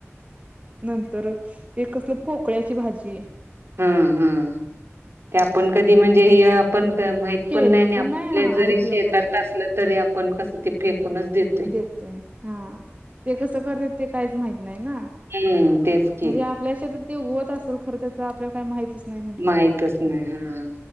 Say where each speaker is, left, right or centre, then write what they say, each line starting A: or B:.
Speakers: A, on the right; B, on the right.
A: नंतर ते कसलं, पोकळ्याची भाजी.
B: हा, हा, ते आपण कधी म्हणजे ह्य आपण माहित
A: केलं
B: पण नाही, आपले
A: हा
B: जरी
A: ऐकलं
B: शेतात
A: पण नाही
B: असलं तरी, आपण कस ते फेकूनच देत
A: देतोय, हा ते कसं करत्यात, ते काहीच माहीत नाही ना.
B: हम्म तेच की
A: म्हणजे, आपल्या शेतात ते उगवत असेल, खरं त्याच आपल्याला काही माहितच नाही म्हटल्यावर
B: माहितच नाही, हा